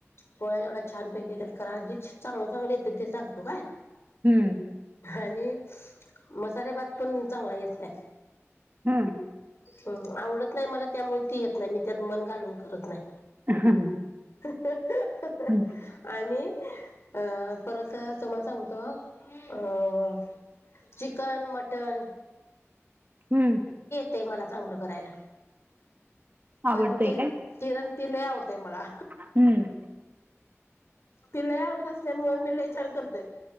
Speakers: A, on the left (about 55°); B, on the right (about 40°).
A: पोळ्या तेवढ्या छान पैकी येतात करायला, जे चांगलं चांगलं येते ते सांगतो काय?
B: हम्म
A: आणि मसाले भात पण चांगला येत नाही.
B: हम्म.
A: हम, आवडत नाही मला त्यामुळं ते येत नाही मी त्यात मन घालून करत नाही.
B: <unintelligible>
A: <unintelligible>
B: हम्म
A: आणि अ परत अ तुम्हाला सांगतो अ चिकन, मटन
B: हम्म
A: ते मला चांगलं करायला.
B: आवडतंय
A: कारण ते
B: काय
A: किरण ती लय आवडतय मला.
B: हम्म
A: ते लय आवडत असल्यामुळं मी लय छान करते.